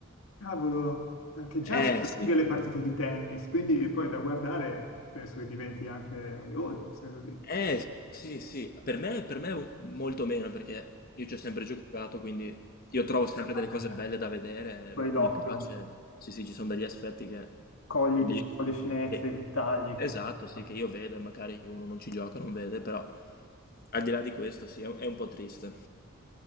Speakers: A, on the left (about 75°); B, on the left (about 45°).
A: cavolo, eh, che già
B: Eh
A: sono
B: sì,
A: lunghe le partite di tennis, quindi poi da guardare penso che diventi anche noioso, se così.
B: Eh, sì, sì, per me, per me molto meno perché io ci ho sempre giocato, quindi io trovo sempre delle
A: Ah,
B: cose
A: beh, cioè,
B: belle da vedere,
A: tu hai l'occhio,
B: mi piace, sì, sì, ci sono degli aspetti che
A: cogli,
B: lì,
A: diciamo, le finezze,
B: che-
A: i tagli,
B: esatto,
A: queste cose
B: sì,
A: qua.
B: che io vedo e magari uno non ci gioca, non vede, però al di là di questo, sì, è un, è un po' triste.